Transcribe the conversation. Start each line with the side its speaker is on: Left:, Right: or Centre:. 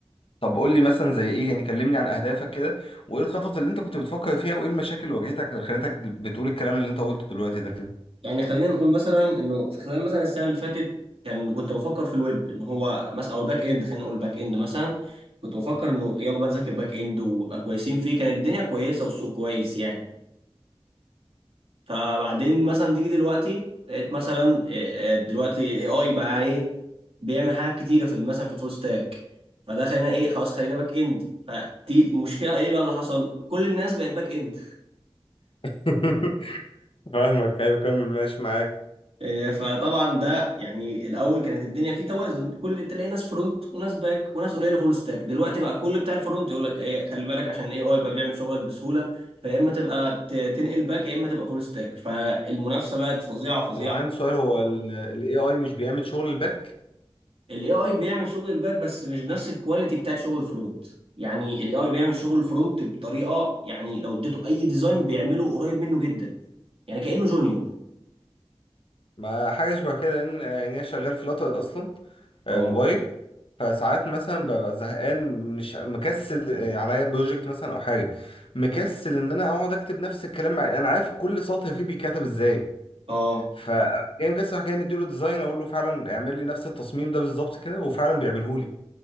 Left: طب قول لي مثلا زي ايه يعني كلمني عن اهدافك كده وايه الخطط اللي انت كنت بتفكر فيها وايه المشاكل اللي واجهتك اللي خلتك بتقول الكلام اللي انت قلته دلوقتي ده كده
Right: يعني خلينا نقول مثلا انه في خلال مثلا السنه اللي فاتت كان كنت بفكر في الويب ان هو مثلا او الباك اند خلينا نقول الباك اند مثلا كنت بفكر انه يلا بقى نذاكر باك اند ونبقى كويسين فيه كانت الدنيا كويسه والسوق كويس يعني فبعدين مثلا تيجي دلوقتي لقيت مثلا إيه، إيه، دلوقتي الاي اي بقى ايه بيعمل حاجات كتيره في ال- مثلا في الفول ستاك فده خلينا ايه خلاص خلينا باك اند فدي المشكله ايه بقى اللي حصل كل الناس بقت باك اند
Left: <laughs> فاهمك ايوه كمل ماشي معاك
Right: إيه، فطبعا ده يعني الاول كانت الدنيا فيه توازن كل تلاقي ناس فرونت وناس باك وناس قليله فول ستاك دلوقتي بقى كل بتاع الفرونت يقول لك ايه خلي بالك عشان الاي اي بقى بيعمل شغلك بسهوله فيا اما تبقى ت- تنقل باك يا اما تبقى فول ستاك فالمنافسه بقت فظيعه فظيعه
Left: طب عندي سؤال هو ال AI مش بيعمل شغل الباك
Right: الاي اي بيعمل شغل الباك بس مش بنفس الكواليتي بتاعت شغل الفرونت يعني الاي اي بيعمل شغل الفرونت بطريقه يعني لو اديته اي ديزاين بيعمله قريب منه جدا يعني كانه جونيور
Left: ما حاجة شبه كده لأن يعني أنا شغال في لاتر أصلا آه،
Right: اه
Left: موبايل فساعات مثلا ببقى زهقان مش مكسل آه، عليا بروجكت مثلا أو حاجة مكسل إن أنا أقعد أكتب نفس الكلام مع أنا عارف كل سطر فيه بيتكتب إزاي
Right: اه
Left: فجاي مكسل أروح جاي مديله ديزاين أقول له فعلا اعمل لي نفس التصميم ده بالظبط كده وفعلا بيعمله لي